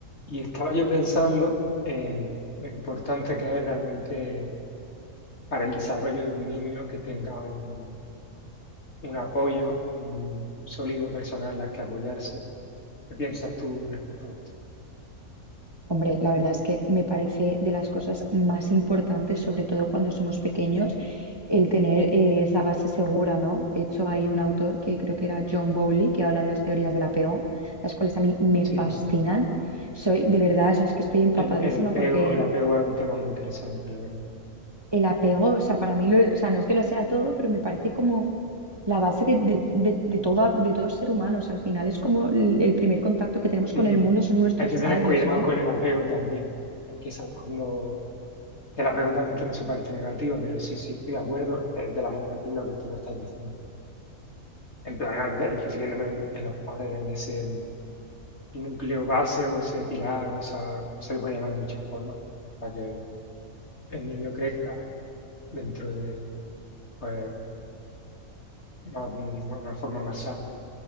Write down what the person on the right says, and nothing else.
Hombre, la verdad es que me parece de las cosas más importantes, sobre todo cuando somos pequeños, el tener eh, esa base segura, ¿no? De hecho, hay un autor que creo que era John Bowlby que habla de las teorías del apego, las cuales a mí me
fascinan. Soy, de verdad, o sea, es que estoy empapadísima
porque
el apego, o sea, para mí, lo- o sea, no es que lo sea todo, pero me parece como la base de, de, de, de toda- de todo ser humano. O sea, al final es como el el primer contacto que tenemos
con el mundo son nuestros
padres,
¿no?